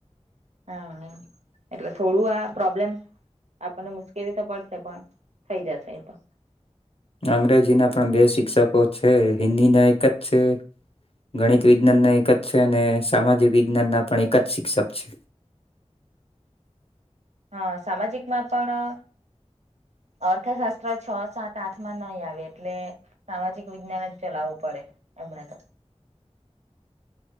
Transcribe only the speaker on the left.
અંગ્રેજી ના પણ બે શિક્ષકો છે હિન્દી ના એક જ છે ગણિત વિજ્ઞાન ના એક જ છે અને સામાજિક વિજ્ઞાન ના પણ એક જ શિક્ષક છે